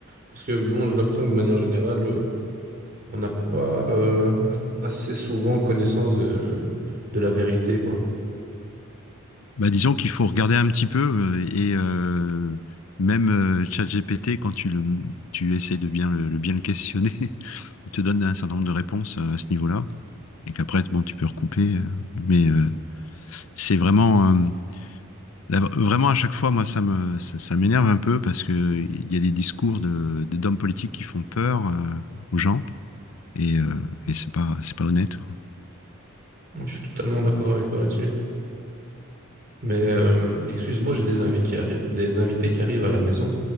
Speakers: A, on the right; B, on the left.
A: Parce que bon, j'ai l'impression que de manière générale, euh, on n'a pas euh, assez souvent connaissance de, de la vérité, quoi.
B: bah, disons qu'il faut regarder un petit peu euh, et euh, même euh, ChatGPT, quand tu le, tu essaies de bien le, le- bien le questionner, <laughs> il te donne un certain nombre de réponses euh, à ce niveau-là. Et qu'après, bon, tu peux recouper. euh, mais euh, c'est vraiment, euh, la- vraiment à chaque fois, moi, ça me, ça, ça m'énerve un peu parce que il y a des discours de, de- d'hommes politiques qui font peur euh, aux gens. Et, euh, et c'est pas, c'est pas honnête, quoi.
A: Moi, je suis totalement d'accord avec toi là-dessus. Mais euh, excuse-moi, j'ai des invités qui arri- des invités qui arrivent à la maison.